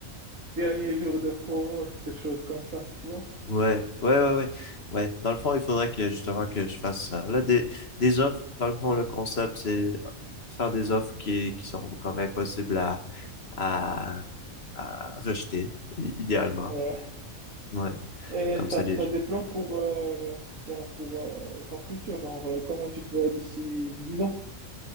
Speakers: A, on the right; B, on the left.
A: dernier jour de promo, des choses comme ça, tu vois.
B: Ouais, ouais, ouais, ouais, ouais. Dans le fond, il faudrait que justement que je fasse ça. Là, des, des offres, dans le fond, le concept, c'est euh, faire des offres qui, qui sont quand même possibles à, à, à rejeter, i- idéalement.
A: Ouais.
B: Ouais,
A: Et
B: comme ça,
A: t'as,
B: les
A: t'as
B: gens.
A: des plans pour, euh, genre pour euh, ton futur, genre euh, comment tu te vois d'ici 10 ans?